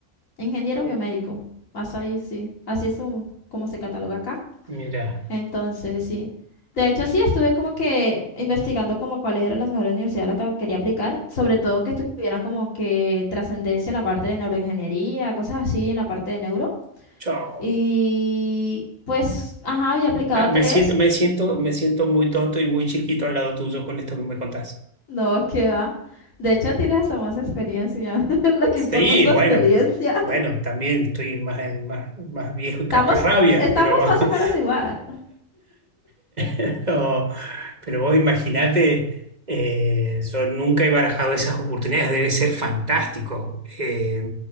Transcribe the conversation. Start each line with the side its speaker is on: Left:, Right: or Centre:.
Left: ingeniero biomédico, hasta ahí sí, así es un- como se cataloga acá.
Right: Mira,
Left: Entonces, sí. De hecho, sí, estuve como que investigando como cuáles eran las mejores universidades a las que quería aplicar, sobre todo que estuvieran como que trascendencia en la parte de neuroingeniería, cosas así, en la parte de neuro.
Right: chao.
Left: Y pues, ajá, había aplicado
Right: Ah,
Left: a tres,
Right: me siento, me siento, me siento muy tonto y muy chiquito al lado tuyo con esto que me contás.
Left: no, qué va. De hecho, tienes hasta más experiencia. <laughs> Lo que
Right: Sí,
Left: importa es la
Right: bueno,
Left: experiencia.
Right: bueno,
Left: <laughs>
Right: también estoy más, más, más viejo y
Left: Estamos,
Right: cascarrabias,
Left: estamos
Right: pero <laughs>
Left: más o menos igual.
Right: Pero, pero vos imaginate, eh, yo nunca he barajado esas oportunidades, debe ser fantástico eh,